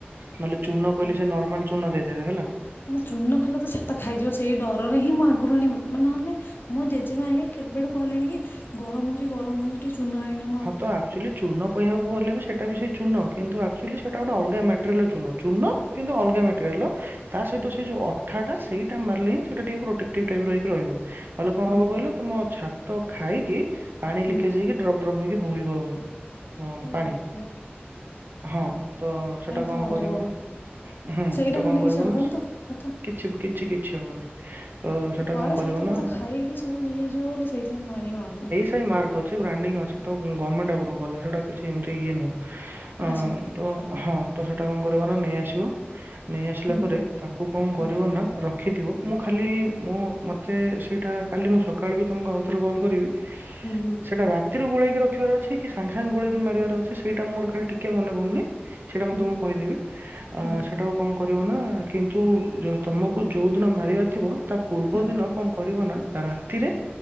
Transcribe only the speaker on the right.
ନହେଲେ
ଚୂନ
କହିଲେ ସେ ନର୍ମାଲ୍ ଚୂନ ଦେଇଦେବେ ହେଲା।
ହଁ ତ ଆକ୍ଚୁଲି ଚୁନ କହିବାକୁ ଗଲେ ବି ସେଟା ବି ସେ ଚୂନ କିନ୍ତୁ ଆକ୍ଚୁଲି ସେଟା ଗୋଟେ ଲଗା ମେଟେରିଲ ଚୂନ ଚୂୁନ କିନ୍ତୁ
ଅଲଗା ମ୍ୟା <unintelligible> ତା ସହିତ
ସେଇ ଯୋଉ ଅଠାଟା ସେଇଟା ମାରିଲେ ହିଁ ସେଇଟା ଟିକେ ପ୍ରୋଟେକ୍ଟିଭ ଟାଇପିର ହେଇକି ରହିବ। ନହେଲେ କଣ
ହବ କହିଲ
ତୁମ ଛାତ ଖାଇକି ପାଣି
ଲିକେଜେ ହେଇକି ଫକହେଇକି ବୋହିବ। ଅଁ,
ପାଣି
ହଁ ତ ସେଟା କଣ
କରିବ
ନା ହୁଁ
ତ
କଣ କରିବ
ନା
କିଛି କିଛି କିଛି ହବନି। ତ
ସେଟା
କଣ କରିବ
ନା
<unintelligible> ମକ ଅଛି ବାଣ୍ଡିଙ୍ଗି ଅଛି ତ ଗଭର୍ଣମେଣ୍ଟ ଆପ୍ରୁଭ୍ଲା ସେଇଟା କିଛି ଏମିତି ଇଏ ନୁଁଅ। ଅ
ତ ହଁ ତ ସେଇଟା କଣ କରିବ ନା ନେଇଆସିବ ନେଇ ଆସିଲା
ପରେ ତାକୁ କଣ
କରିବ ନା ରଖିଥିବ ମୁଁ ଖାଲି
ମୁଁ ମତେ ସେଇଟା କାଲି ମୁଁ ସକାଳେ ବି ତୁମକୁ ଆଉଥରେ କଲ୍ କରିବି
ସେଇଟା ରାତିରୁ ଗୋଳେଇକି ରଖିବାର ଅଛି କି ସାଙ୍ଗ ସାଙ୍ଗେ ଗୋଳେଇକି ମାରିବାର ଅଛି ସେଇଟା ମୋର ଖାଲିିଟିକେ ମନେ ପଡ଼ୁନି। ସେଇଟା ମୁଁ
ତମକୁ କହିଦେବି ଅ
ସେଟାକୁ କଣ କରିବ ନା କିନ୍ତୁ ତମକୁ ଯୋଉ ଦିନ ମାରିବାର ଥିବ, ତା ପୂର୍ବ
ଦିନ କଣ କରିବ ନା ରାତିରେ